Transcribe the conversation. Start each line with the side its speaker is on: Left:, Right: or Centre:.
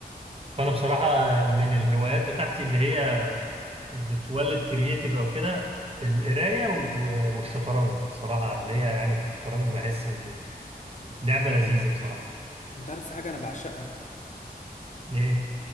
Right: فأنا بصراحة آه، من الهوايات بتاعتي اللي هي بتولد كرييتيف أو كده القراية و- والشطرنج بصراحة ليا يعني في الشطرنج بحس إنه لعبة لذيذة بصراحة
Left: أنت عارف في حاجة أنا بعشقها
Right: إيه